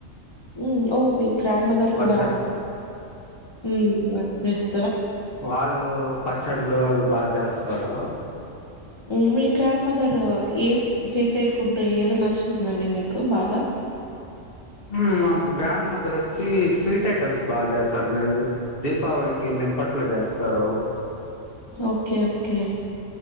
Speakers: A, on the left; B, on the left.
A: ఉ ఓ పి. గ్రాండ్ మదర్
B: పచ్చళ్ళు
A: కూడా, ఊమ్ మా. హిస్.
B: వాళ్లు పచ్చడ్లు, అవి బాగా చేస్త. సరా.
A: ఉమ్, మీ గ్రాండ్ మదర్ ఏ చేసే ఫుడ్ ఏది నచ్చుతుందండి మీకు బాగా?
B: హ్మ్మ్, మా అబ్ గ్రాండ్ మదర్. చ్చ చ్చ స్వీట్ ఐటమ్స్, బాగా చేస్తారు. నరు దీపావళికిన్నిప్పట్లు చేస్తారు.
A: Okay, okay.